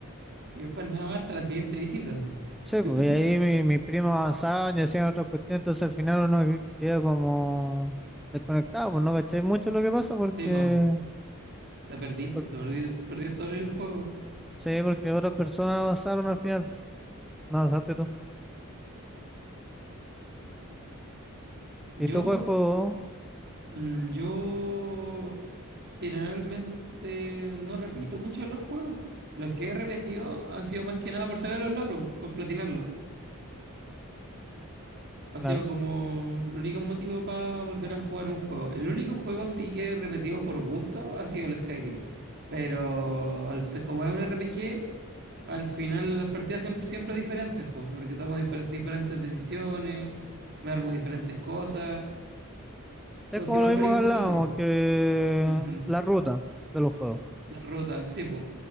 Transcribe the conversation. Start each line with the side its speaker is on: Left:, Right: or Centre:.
Right: Y después nada hasta la siguiente visita.
Centre: Sí,
Right: <laughs>
Centre: pues y ahí mi, mi primo avanzaban y hacían otra cuestión, entonces al final uno que- queda como desconectado, pues no caché mucho lo que pasa porque,
Right: Sí, po. Te perdí, po.
Centre: por-
Right: Te perdí, perdí todo el juego.
Centre: sí, porque otras personas avanzaron al final, no avanzaste tú.
Right: Yo,
Centre: ¿Y tú cuál juego?
Right: mm, yo generalmente no repito mucho los juegos. Los que he repetido han sido más que nada por sacar los logros, por platinarlos. Ha
Centre: Claro.
Right: sido como el único motivo para volver a jugar un juego. El único juego sí que he repetido por gusto ha sido el Skyrim. Pero al ser- como es un RPG, al final las partidas siempre, siempre diferentes, pues, porque tomo difer- diferentes decisiones, me armo diferentes cosas.
Centre: Es
Right: Entonces
Centre: como
Right: igual
Centre: lo mismo
Right: varía
Centre: que
Right: un
Centre: hablábamos,
Right: poquito.
Centre: que
Right: Ujú.
Centre: la ruta de los juegos.
Right: La ruta, sí, pues.